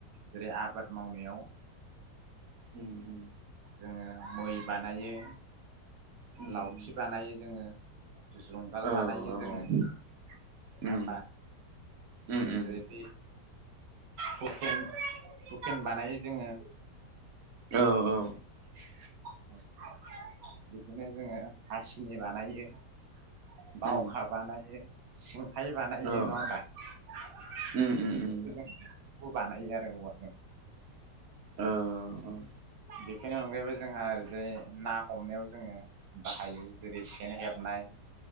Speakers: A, on the right; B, on the right.
A: जेरै आबाद मावनायाव
B: उम उम।
A: जोङो मै बानायो।
B: उम
A: लावखि
B: उम
A: बानायो जोङो। जुंगाल
B: औ औ
A: बानायो जोङो। नंआ
B: उम
A: होमबा
B: उम उम
A: जेरै। हुखेन हुखेन बानायो जोङो।
B: औ औ।
A: <unintelligible> बिदिनो जोङो हासिनि बानायो। बावखा
B: उम
A: बानायो। सिं खाय बानाययो
B: औ औ
A: नङा होमब्ला।
B: उम उम
A: बेखौथ'
B: उम
A: जों खौ बानायो आरो औवाजों।
B: औ औ औ।
A: बेफोरनि अनगायैबो जोंहा जेरै ना हमनायाव जोङो बाहायो जेरै सेन हेबनाय।